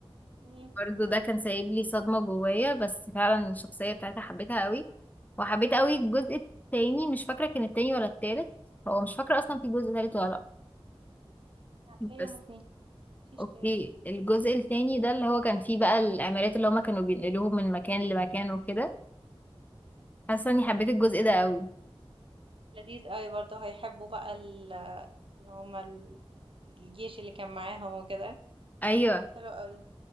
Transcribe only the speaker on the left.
برضو ده كان سايب لي صدمة جوايا بس فعلا الشخصية بتاعتها حبيتها قوي وحبيت قوي الجزء التاني مش فاكرة كان التاني ولا التالت هو مش فاكرة أصلا في جزء تالت ولا لأ
بس
اوكي
الجزء التاني ده اللي هو كان فيه بقى الأمارات اللي هما كانوا بينقلوهم من مكان لمكان وكده حاسة اني حبيت الجزء ده قوي
أيوه